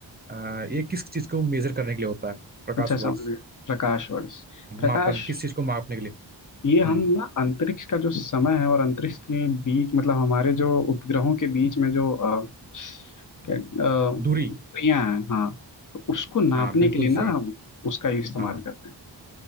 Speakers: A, on the right (about 20°); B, on the left (about 45°).
A: अ, ये किस चीज को मेजर करने के लिए होता है प्रकाश
B: अच्छा
A: वर्ष
B: समझ गए प्रकाश वर्ष प्रकाश
A: मापन किस चीज को मापने के लिए
B: ये हम
A: हम्म
B: ना अंतरिक्ष का जो समय है और अंतरिक्ष के बीच मतलब हमारे जो उपग्रहों के बीच में जो अ, क्या अ, दूरियां
A: दूरी
B: हैं हाँ तो उसको नापने
A: हाँ बिल्कुल
B: के लिए ना
A: सही
B: हम उसका इस्तेमाल
A: हाँ
B: करते हैं